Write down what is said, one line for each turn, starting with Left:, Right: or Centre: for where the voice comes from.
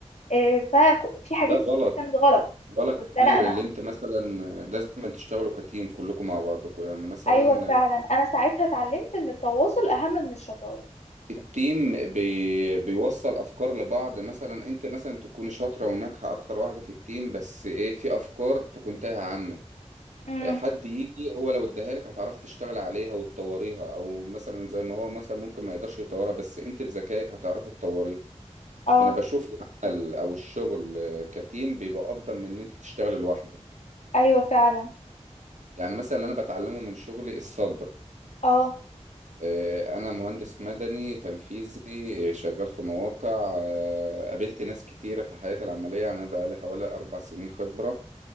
Left: آه، ففي حاجات
Right: ده غلط
Left: كتير كانت غلط
Right: غلط
Left: واتزنقنا
Right: كبير اللي انت مثلا لازم أن تشتغلوا كتيم كلكم مع بعضكم يعني مثلا
Left: ايوه فعلا انا ساعتها اتعلمت ان التواصل اهم من الشطارة
Right: التيم بي بيوصل افكار لبعض مثلا انت مثلا تكون شاطره وناجحه اكتر واحده في التيم بس ايه في افكار تكون تايهه عنك
Left: امم
Right: حد يجي هو لو اداها لك هتعرفي تشتغل عليها وتطوريها او مثلا زي ما هو مثلا ممكن ما يقدرش يطورها بس انت بذكائك هتعرفي تطوريها
Left: اه
Right: فانا بشوف العمل او الشغل كتيم بيبقى افضل من ان انت تشتغل لوحدك
Left: ايوه فعلا
Right: يعني مثلا اللي انا بتعلمه من شغلي الصبر
Left: اه
Right: آه، انا مهندس مدني تنفيذي آه، شغال في مواقع آه، قابلت ناس كتيرة في حياتي العملية يعني انا بقى لي حوالي اربع سنين خبرة